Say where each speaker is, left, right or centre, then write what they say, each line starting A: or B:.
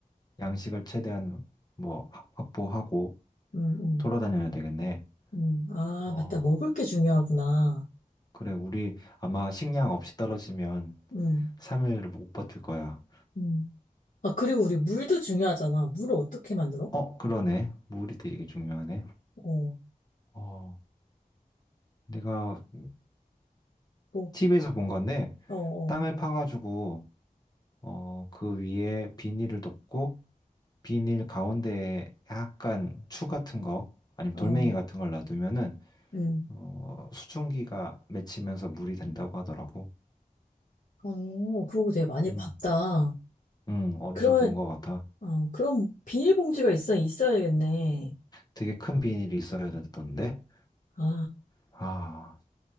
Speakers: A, on the left; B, on the left.
A: 양식을 최대한 뭐 확- 확보하고
B: 음, 음,
A: 돌아다녀야 되겠네.
B: 음. 아,
A: 어.
B: 맞다. 먹을 게 중요하구나.
A: 그래. 우리 아마 식량 없이 떨어지면
B: 음,
A: 3일을 못 버틸 거야.
B: 음. 아, 그리고 우리 물도 중요하잖아. 물을 어떻게 만들어?
A: 어, 그러네. 물이 되게 중요하네.
B: 어,
A: 어. 내가
B: 뭐,
A: TV에서 본 건데
B: 어,
A: 땅을
B: 어,
A: 파가지고 어, 그 위에 비닐을 덮고 비닐 가운데에 약간 추 같은 거 아니면
B: 어,
A: 돌멩이 같은 걸 놔두면은
B: 음.
A: 어, 수증기가 맺히면서 물이 된다고 하더라고.
B: 어, 그런 거 되게 많이
A: 응,
B: 봤다.
A: 응, 어디서
B: 그러면,
A: 본 것 같아.
B: 어, 그럼 비닐봉지가 있어, 있어야겠네.
A: 되게 큰 비닐이 있어야 되던데.
B: 아,
A: 아,